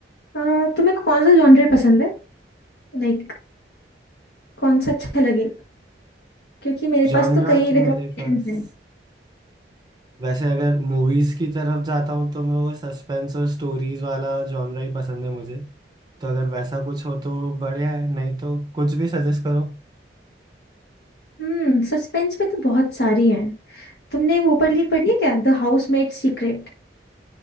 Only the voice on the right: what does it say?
जॉनरा
तो
मेरे पास
वैसे अगर मूवीज की तरफ जाता हूँ तो मैं वो सस्पेंस और स्टोरीज वाला जॉनरा ही पसंद है मुझे तो अगर वैसा कुछ हो तो बढ़िया है नहीं तो कुछ भी सजेस्ट करो